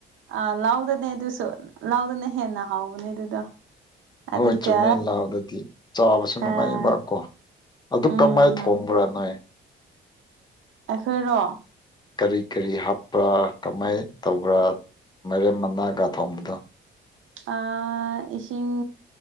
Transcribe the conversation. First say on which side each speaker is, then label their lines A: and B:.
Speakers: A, on the right; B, on the left.
A: ꯑꯥ ꯂꯧꯗꯅꯦ ꯑꯗꯨꯁꯨ ꯂꯧꯗꯅ ꯍꯦꯟꯅ ꯍꯥꯎꯕꯅꯦ ꯑꯗꯨꯗꯣ ꯑꯗꯨꯒ
B: ꯍꯣꯢ ꯆꯨꯝꯃꯦ ꯂꯧꯗꯗꯤ ꯆꯥꯕꯁꯨ ꯅꯨꯡꯉꯥꯢꯕ
A: ꯑꯥ
B: ꯀꯣ ꯑꯗꯨ
A: ꯎꯝ
B: ꯀꯃꯥꯢꯟ ꯊꯣꯡꯕ꯭ꯔꯥ
A: ꯍꯥꯎꯋꯦ
B: ꯅꯣꯢ
A: ꯑꯩꯈꯣꯢꯔꯣ
B: ꯀꯔꯤ ꯀ꯭ꯔꯤ ꯍꯥꯞꯄ꯭ꯔꯥ ꯀꯃꯥꯢꯅ ꯇꯧꯕ꯭ꯔꯥ ꯃꯥꯢꯔꯦꯝ ꯃꯅꯥꯒ ꯊꯣꯡꯕꯗꯣ
A: ꯑꯥ ꯏꯁꯤꯡ